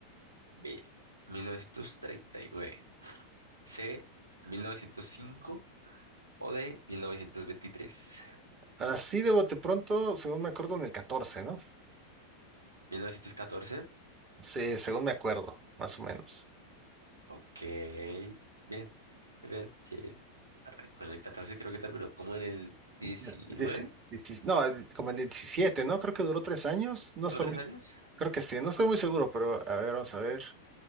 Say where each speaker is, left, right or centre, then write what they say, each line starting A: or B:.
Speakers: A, on the right; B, on the right.
A: B, 1939, C, 1905 o D, mil mil novecientos veintitrés,
B: así de bote pronto, según me acuerdo, en el 14, ¿no?
A: mil novecientos catorce,
B: Sí, según me acuerdo, más o menos.
A: Ok, bien, muy bien, sí. Arrancó Con el catorce creo que terminó como en el diecinueve?
B: Ya, dieci- dieci- no, eh, como el 17, ¿no? Creo que duró tres años, no estoy
A: solo tres
B: muy,
A: años,
B: creo que sí, no estoy muy seguro, pero a ver, vamos a ver.